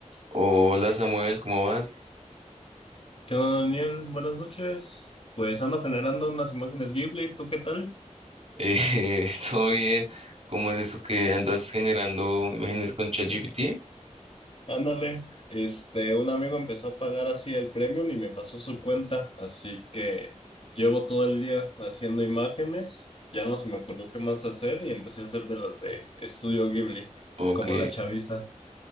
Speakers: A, on the right; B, on the left.
A: Hola Samuel, ¿cómo vas?
B: ¿Qué onda, Daniel? Buenas noches. Pues ando generando unas imágenes Ghibli, ¿tú qué tal?
A: Eh, <laughs> ¿todo bien? ¿Cómo es eso que andas generando imágenes con ChatGPT?
B: Ándale. Este, un amigo empezó a pagar así el premium y me pasó su cuenta, así que llevo todo el día haciendo imágenes. Ya no se me ocurrió qué más hacer y empecé a hacer de las de Estudio Ghibli,
A: Ok,
B: como la chaviza.